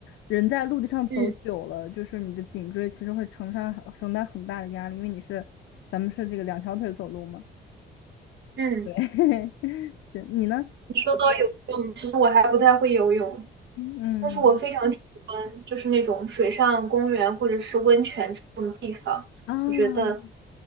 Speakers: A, on the left (about 85°); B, on the right (about 65°).
A: 人在陆地上走久了，
B: 嗯
A: 就是你的颈椎其实会承上承担很大的压力，因为你是咱们是这个两条腿走路嘛。
B: 嗯，
A: <laughs> 是你呢？
B: 你说到游泳，其实我还不太会游泳，
A: 嗯
B: 但是我非常喜欢就是那种水上公园或者是温泉这种地方，
A: 啊，
B: 我觉得